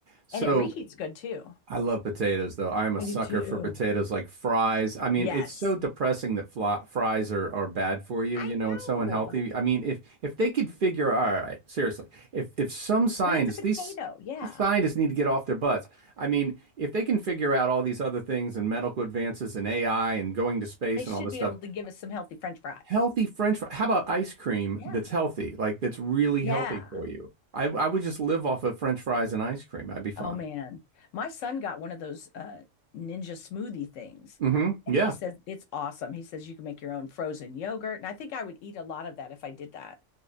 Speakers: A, on the right (about 55°); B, on the left (about 75°).
A: So,
B: and it reheats good too.
A: I love potatoes though. I am a
B: I
A: sucker
B: do too.
A: for potatoes like fries. I mean,
B: Yes,
A: it's so depressing that fly, fries are, are bad for you,
B: I
A: you know,
B: know
A: and so unhealthy. I mean, if if they could figure, all right, seriously, if if some scientists,
B: because it's a potato.
A: these
B: Yeah,
A: these scientists need to get off their butts. I mean, if they can figure out all these other things and medical advances and AI and going to space
B: they should
A: and all this
B: be
A: stuff,
B: able to give us some healthy French fries.
A: healthy French fries. How about ice cream
B: Yeah,
A: that's healthy, like that's really
B: yeah.
A: healthy for you? I I would just live off of French fries and ice cream. I'd be fine.
B: Oh man. My son got one of those uh ninja smoothie things
A: Mm-hmm.
B: and
A: Yeah.
B: he says it's awesome. He says you can make your own frozen yogurt and I think I would eat a lot of that if I did that.